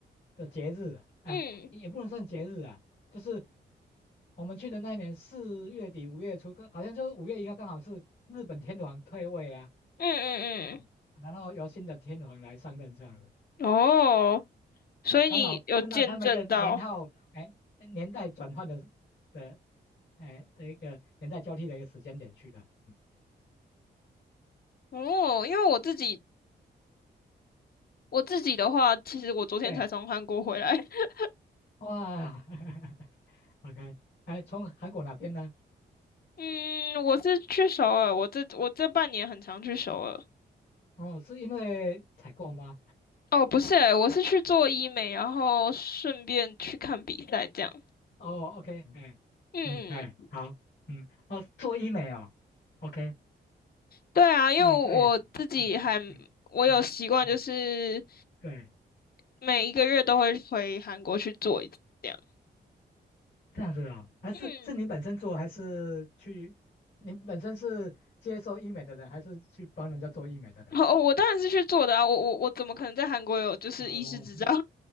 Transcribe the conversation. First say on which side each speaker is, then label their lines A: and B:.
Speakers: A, on the left; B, on the left.
A: 的节日，啊，哎也不能算节日啊，
B: 嗯
A: 就是我们去的那一年四月底五月初，刚好像就五月一号刚好是日本天皇退位啊，
B: 嗯嗯
A: 嗯，然后由新的天皇来上任这样
B: 嗯，哦，所以你有见证到
A: 刚好碰到他们一个年号，哎，年代转换的的，哎的一个年代交替的一个时间点去的。嗯
B: 哦，因为我自己我自己的话，其实我昨天才从韩国回来，
A: 对，
B: <laughs>
A: 哇 <laughs>，OK，哎，从韩国哪边呢？
B: 嗯，我是去首尔，我这我这半年很常去首尔。
A: 哦，是因为采购吗？
B: 哦，不是欸，我是去做医美，然后顺便去看比赛这样。
A: 哦，OK，哎，
B: 嗯嗯，
A: 嗯，哎，好，嗯，哦，做医美哦，OK，
B: 对啊，因为我自己还我有习惯，
A: 哎，对，嗯嗯嗯，哎，嗯，
B: 就是
A: 对，
B: 每一个月都会回韩国去做一次这样。
A: 这样子啊，还是是您本身做，
B: 嗯，
A: 还是去？您本身是接受医美的人，还是去帮人家做医美的人？
B: 哦，我当然是去做的啊，我我我怎么可能在韩国有就是医师执照？
A: 哦
B: <laughs>